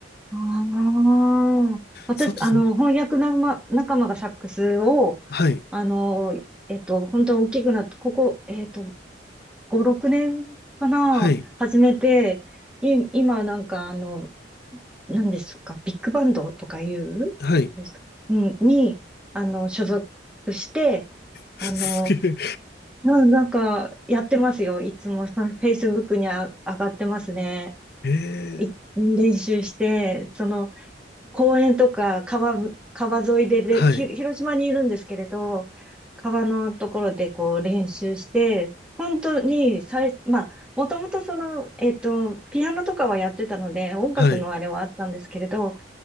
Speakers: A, in the centre; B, on the left.
A: ああ、私、
B: 佐藤さん、
A: あの、翻訳仲間、仲間がサックスを、
B: はい、
A: あの、えっと、本当大きくなって、ここ、えっと、5、6年かな、
B: はい、
A: 始めて、い、今なんか、あの、何ですか、ビッグバンドとかいうです、
B: はい。
A: うん、に、あの、所属して、
B: <laughs> すげ
A: あの、な、なんか、やってますよ。いつも、フェイスブックにあ、上がってますね。
B: え。え
A: い練習して、
B: ー、
A: その、公園とか、川、川沿いでれひ、
B: はい、
A: 広島にいるんですけれど、川のところでこう練習して、本当に最、まあ、もともとその、えっと、ピアノとかはやってたので、音楽のあれはあったんですけれど、
B: はい。